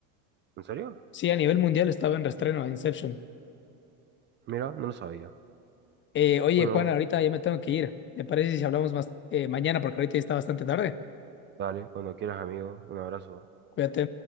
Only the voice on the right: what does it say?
¿En serio?
Mira, no lo sabía.
Bueno,
dale, cuando quieras, amigo. Un abrazo.